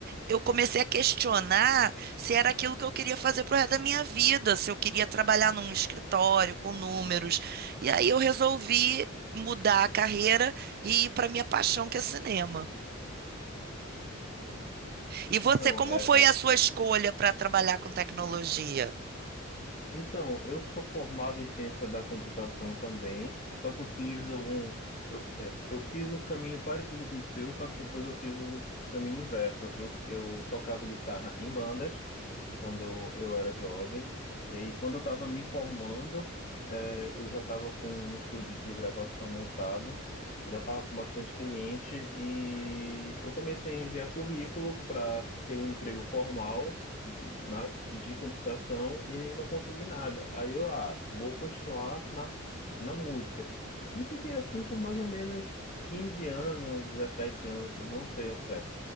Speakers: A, on the right; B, on the left.
A: eu comecei a questionar se era aquilo que eu queria fazer pro resto da minha vida, se eu queria trabalhar num escritório com números. E aí eu resolvi mudar a carreira e ir para minha paixão, que é cinema. E você,
B: Não,
A: como
B: é,
A: foi a
B: é,
A: sua escolha para trabalhar com tecnologia?
B: Então, eu sou formado em ciência da computação também, só que eu fiz um, eu, é, eu fiz um caminho parecido com o seu, só que depois eu fiz um caminho inverso. Eu, eu tocava guitarra em bandas, quando eu era jovem. E aí, quando eu estava me formando, eh, eu já estava com um estúdio de gravação montado, já estava com bastante cliente e eu comecei a enviar currículo para ter um emprego formal na, de computação e não consegui nada. Aí eu, ah, vou continuar na, na música. E fiquei assim por mais ou menos 15 anos, 17 anos, não sei ao certo.